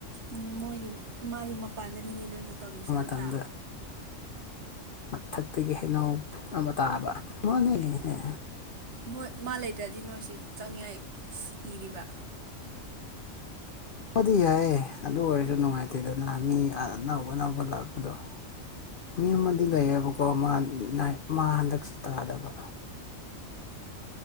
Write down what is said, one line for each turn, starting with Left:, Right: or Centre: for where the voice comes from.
Right: ꯎ ꯃꯣꯏꯒꯤ ꯃꯥꯒꯤ ꯃꯄꯥꯟꯗꯅꯤꯅꯦ ꯅ ꯑꯣꯏꯅ ꯇꯧꯔꯤꯁꯦ
Left: ꯃꯇꯝꯗ
Right: ꯅꯠꯇ꯭ꯔꯥ
Left: ꯃꯊꯛꯇꯒꯤ ꯍꯩꯅꯎ ꯑꯃ ꯇꯥꯕ ꯃꯥꯅꯦꯍ
Right: ꯃꯣꯏ ꯃꯥ ꯂꯩꯇ꯭ꯔꯗꯤ ꯅꯣꯏꯁꯤ ꯆꯪꯉꯏ ꯏꯔꯤꯕ
Left: ꯑꯣꯗꯤ ꯌꯥꯏꯌꯦꯦ ꯑꯗꯨ ꯑꯣꯏꯔꯁꯨ ꯅꯨꯡꯉꯥꯏꯇꯦꯗꯅ ꯃꯤ ꯑꯅꯧ ꯑꯅꯧꯕ ꯂꯥꯛꯄꯗꯣ ꯃꯤ ꯑꯃꯗꯤ ꯂꯩꯌꯦꯕꯀꯣ ꯃꯥ ꯍꯟꯗꯛꯁꯤ ꯇꯥꯗꯕ